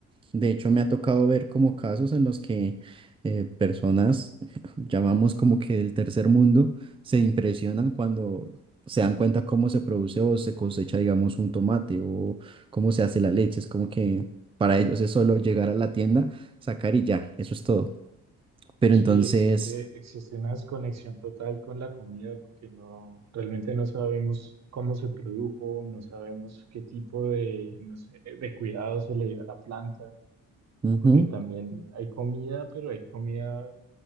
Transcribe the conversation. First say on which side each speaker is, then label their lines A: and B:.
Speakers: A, on the right; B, on the right.
A: De hecho, me ha tocado ver como casos en los que eh, personas, <laughs> llamamos como que del tercer mundo, se impresionan cuando se dan cuenta cómo se produce o se cosecha, digamos, un tomate o cómo se hace la leche. Es como que para ellos es solo llegar a la tienda, sacar y ya, eso es todo. Pero
B: Sí,
A: entonces,
B: existe, existe una desconexión total con la comida porque no, realmente no sabemos cómo se produjo, no sabemos qué tipo de, no sé, de cuidado se le dio a la planta,
A: ujú,
B: porque también hay comida, pero hay comida